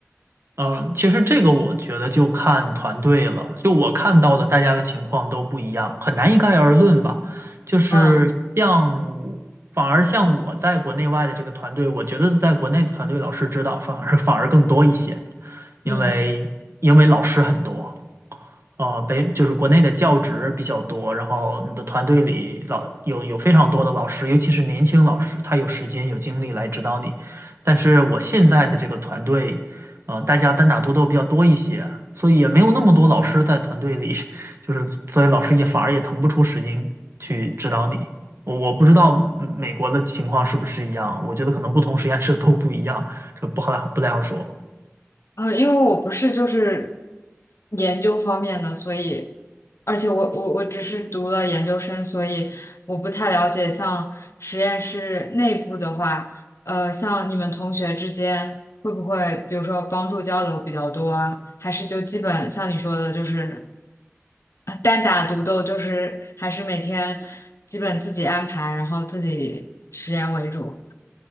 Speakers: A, on the right; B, on the left.
A: 嗯、呃其实这个我觉得就看团队了，就我看到的大家的情况都不一样，很难一概而论吧。就是像我，
B: 嗯
A: 反而像我在国内外的这个团队，我觉得在国内的团队老师指导反而反而更多一些，因为因为老师很多。
B: 嗯，
A: 呃北就是国内的教职比较多，然后你的团队里老有有非常多的老师，尤其是年轻老师，他有时间有精力来指导你。但是我现在的这个团队，呃，大家单打独斗比较多一些，所以也没有那么多老师在团队里，<laughs> 就是所以老师也反而也腾不出时间去指导你。我我不知道嗯美国的情况是不是一样，我觉得可能不同实验室都不一样，这不好不太好说。
B: 呃，因为我不是就是研究方面的，所以而且我我我只是读了研究生，所以我不太了解像实验室内部的话，呃，像你们同学之间会不会比如说帮助交流比较多啊？还是就基本像你说的，就是。单打独斗就是还是每天基本自己安排，然后自己实验为主。